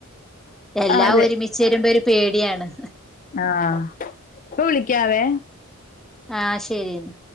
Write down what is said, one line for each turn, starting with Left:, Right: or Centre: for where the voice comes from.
Centre: എല്ലാം
Left: അതെ
Centre: ഒരുമിച്ച് രുമ്പോ ഒരു പേടിയാണ്.
Left: ആഹ് ഇപ്പൊ വിളിക്കാവേ.
Centre: ആഹ് ശരിയെന്ന